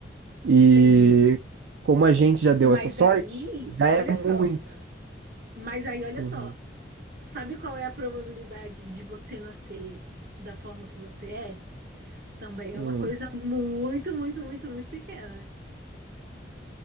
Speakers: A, on the right; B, on the right.
A: E
B: entendi.
A: como a gente já deu
B: Mas
A: essa sorte,
B: aí,
A: já
B: olha
A: é
B: só.
A: muito.
B: Mas aí, olha
A: Uhum.
B: só, sabe qual é a probabilidade de você nascer da forma que você é? Também
A: Uhum.
B: é uma coisa muito, muito, muito, muito pequena,